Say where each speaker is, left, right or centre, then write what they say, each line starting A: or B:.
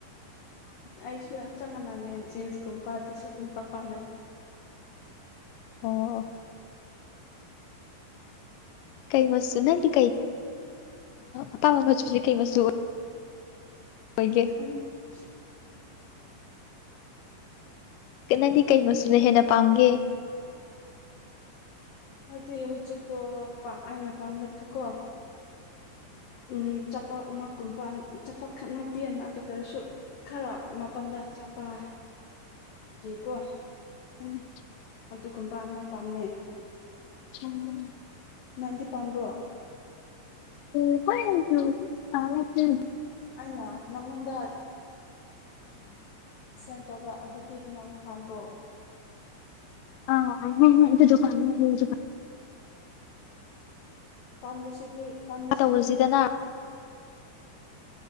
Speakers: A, on the left; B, on the left.
A: ꯑꯩꯁꯨ ꯆꯞ ꯃꯥꯟꯅꯩ ꯖꯤꯟꯁꯀꯨꯝꯕ ꯇꯤ ꯁꯔꯠꯀꯨꯝꯕ ꯄꯥꯝꯃꯦ
B: ꯑꯣ ꯑꯣ ꯀꯩ ꯃꯆꯨ ꯅꯪꯒꯤ ꯑꯄꯥꯝꯕ ꯃꯆꯨꯁꯦ ꯀꯩ ꯃꯆꯨ ꯑꯣꯏꯒꯦ
A: ꯈ <unintelligible>
B: ꯅꯪꯗꯤ ꯀꯩ ꯃꯆꯨꯅ ꯍꯦꯟꯅ ꯄꯥꯝꯒꯦ
A: ꯍꯥꯏꯗꯤ ꯍꯧꯖꯤꯛꯇꯣ ꯑꯩꯅ ꯄꯥꯝꯕꯗꯤꯀꯣ ꯎꯝ ꯆꯄꯥꯛ ꯑꯃꯒꯨꯝꯕ ꯆꯄꯥꯛ ꯈꯠ ꯅ ꯇꯦꯅ ꯑꯗꯨꯒꯔꯁꯨ <unintelligible> ꯈꯔ ꯃꯥꯄꯜꯗ ꯆꯕꯒꯤꯀꯣ
B: ꯎꯝ
A: ꯑꯗꯨꯒꯨꯝꯕ ꯑꯃ ꯄꯥꯝꯃꯦ
B: ꯎꯝ <unintelligible>
A: ꯅꯪꯗꯤ ꯄꯥꯝꯕ꯭ꯔꯣ
B: ꯑ ꯀꯣꯏ ꯇ ꯀꯃꯦ <unintelligible>
A: ꯑꯩꯅ ꯅꯪꯉꯣꯟꯗ ꯁꯦꯟ ꯇꯣꯕ꯭ꯔ ꯑꯗꯨꯗꯤ ꯅꯪ ꯄꯥꯝꯕ꯭ꯔꯣ <unintelligible>
B: ꯑ ꯑ ꯑꯗꯨꯗꯨ <unintelligible>
A: ꯄꯥꯝꯕꯁꯤꯗꯤ ꯄꯥꯝꯕꯁꯤꯗꯤ
B: ꯇꯧꯔꯁꯤꯗꯅ